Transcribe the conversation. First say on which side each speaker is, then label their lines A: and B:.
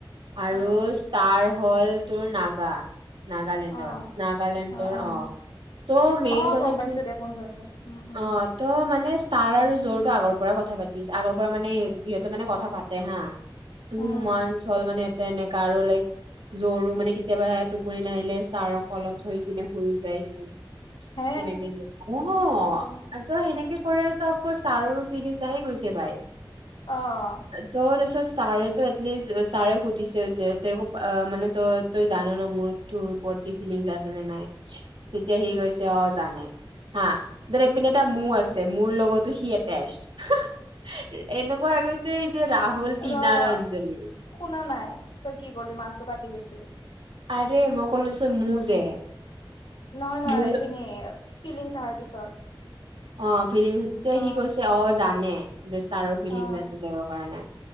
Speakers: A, on the right; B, on the left.
A: আৰু
B: অ',
A: ষ্টাৰ হ'ল তোৰ নাগা। নাগালেণ্ডৰ
B: অ',
A: নাগালেণ্ডৰ
B: অ', অ',
A: অহ, ত' মেইন
B: অ',
A: কথা
B: গম পাইছো
A: কি।
B: দে কোনজনী উম, উম,
A: অহ', ত' মানে। তাৰ আৰু জ্বৰটো আগৰ পৰাই কথা পাতিছ, আগৰ পৰা মানে সিহঁতে মানে কথা পাতে হা। টুমানচ্
B: উম,
A: হ'ল মানে ইতে এনেকা আৰু লাইক। জ্বৰো মানে কেতিয়াবা টোপনি নাহিলে ছাৰৰ কলত থৈ কিনে শুই যায়হি।
B: হে
A: এনেকে দিয়ে, অহ,
B: অ',
A: আৰু ত' সেনেকে কৰে ত' ষ্টাৰ ফিলিংছ আহি গৈছে বাই।
B: অ',
A: ত' তাৰপিছত ছাৰে ত' এটলিষ্ট ছাৰে সুধিছিল যে তেওঁক অহ, মানে তই তই জান ন মোৰ তোৰ ওপৰত কি ফিলিংছ আছে নে নাই। তেতিয়া সি কৈছে অহ, জানে হা। এইপিনে এটা মোৰ আছে, মোৰ লগতো সি এটেচ্ <unintelligible> এনেকুৱা হৈ গৈছে। যে ৰাহুল টিনা
B: ৰ, ৰ।
A: আৰু অঞ্জলি
B: শুনা নাই তই কি কৰিলি মাতটো কাটি গৈছিল।
A: আৰে মই কলো যে লৈছো মোৰ যে
B: নহয় নহয়।
A: মোৰ
B: এইখিনি ফিলিংছ আহিৰ পিছৰ
A: অহ' ফিলিংছ যে
B: অ',
A: সি কৈছে অহ, জানে। যে ষ্টাৰৰ ফিলিংছ
B: অ',
A: আছে জ্বোৰৰ কাৰণে।